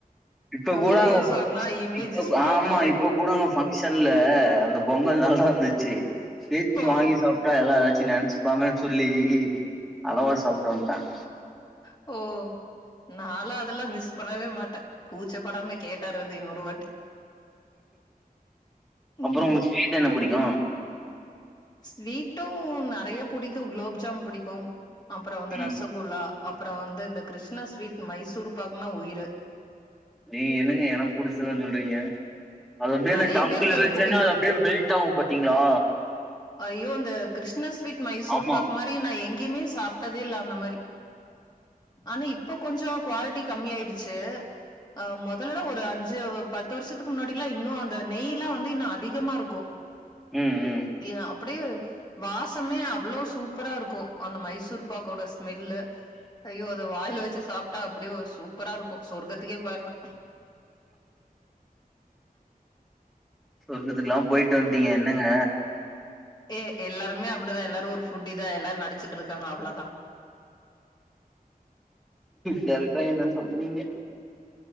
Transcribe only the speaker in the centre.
இப்ப கூடா
அங்க
இப்பக்
ஆமா
இப்ப கூடங்க ஃபங்க்ஷன்ல அந்த பொங்கல் நல்லா இருந்துச்சு சேத்தி
வாங்கி சாப்ட்டா எல்லா ஏதாச்சு நினைச்சுப்பாங்கன்னு சொல்லி அளவா சாப்ட்டு வந்ட்டன்
அப்றம்
உங்க ஸ்வீட் என்ன பிடிக்கு
ம்
நீங்க என்னங்க எனக்கு புடிச்சதலா சொல்றீங்க அத அப்டியே
அந்த டங்க்குல
வச்சன்னே
அத அப்டே மெல்டாகு பாத்தீங்ளா
ஆமா
ம் ம்
சொர்க்கத்துக்குல்லா போயிட்டு வந்துட்டீங்க என்னங்க
கரெக்டா என்ன சொல்றீங்க